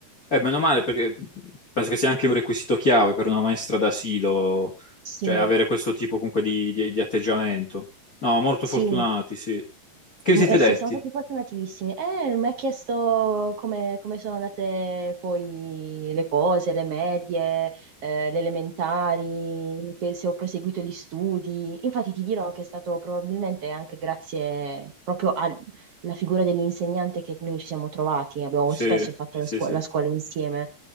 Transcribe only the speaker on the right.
Sì,
sì.
Mm,
eh,
sì, siamo stati fortunatissimi. Eh, mi ha chiesto come, come sono andate poi le cose, le medie, eh, le elementari, che se ho proseguito gli studi. Infatti ti dirò che è stato probabilmente anche grazie proprio al- alla figura dell'insegnante che noi ci siamo trovati. Abbiamo
spesso fatto
la scuo-
la scuola insieme